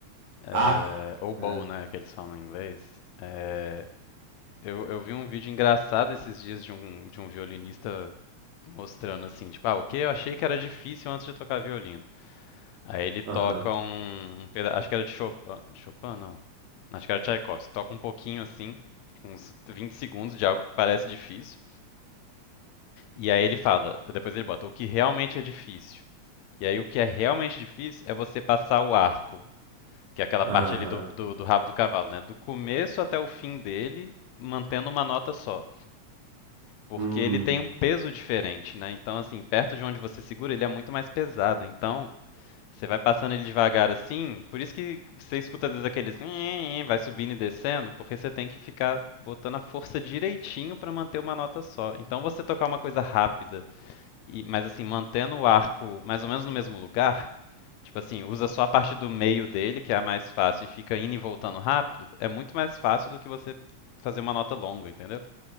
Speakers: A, on the left; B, on the right.
A: É,
B: Arco.
A: ou bow,
B: Arco.
A: né, que eles falam em inglês. É, eu, eu vi um vídeo engraçado esses dias de um, de um violinista mostrando assim, tipo, ah, o que eu achei que era difícil antes de tocar violino. Aí ele toca
B: Aham.
A: um, um peda- acho que era de Chopin, Chopin não. Acho que era Tchaikovsky, toca um pouquinho assim, tipo, uns 20 segundos de algo que parece difícil. E aí ele fala, depois ele bota o que realmente é difícil. E aí o que é realmente difícil é você passar o arco, que é aquela
B: Aham.
A: parte ali do, do, do rabo do cavalo, né? Do começo até o fim dele, mantendo uma nota só. Porque
B: Hum.
A: ele tem um peso diferente, né? Então, assim, perto de onde você segura, ele é muito mais pesado. Então, Você vai passando ele devagar assim, por isso que você escuta às vezes aqueles "nhe-nhe-nhe", vai subindo e descendo, porque você tem que ficar botando a força direitinho para manter uma nota só. Então você tocar uma coisa rápida, e- mas assim, mantendo o arco mais ou menos no mesmo lugar, tipo assim, usa só a parte do meio dele, que é a mais fácil, e fica indo e voltando rápido, é muito mais fácil do que você fazer uma nota longa, entendeu?